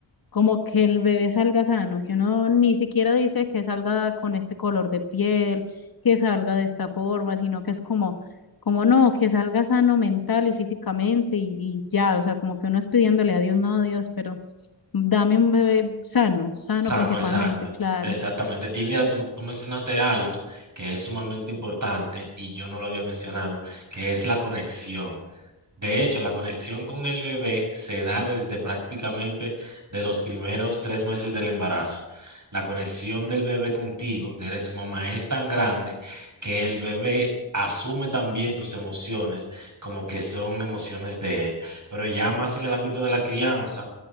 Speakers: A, on the left; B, on the right.
A: como que el bebé salga sano, que uno ni siquiera dice que salga con este color de piel, que salga de esta forma, sino que es como, como no, que salga sano mental y físicamente y, y ya, o sea, como que uno es pidiéndole a Dios, no a Dios, pero dame un bebé sano, sano
B: Sano,
A: principalmente,
B: exacto,
A: claro.
B: exactamente. Y mira, tú, tú mencionaste algo que es sumamente importante y yo no lo había mencionado, que es la conexión. De hecho, la conexión con el bebé se da desde prácticamente de los primeros tres meses del embarazo. La conexión del bebé contigo, que eres su mamá, es tan grande que el bebé asume también tus emociones como que son emociones de él. Pero ya más en el ámbito de la crianza,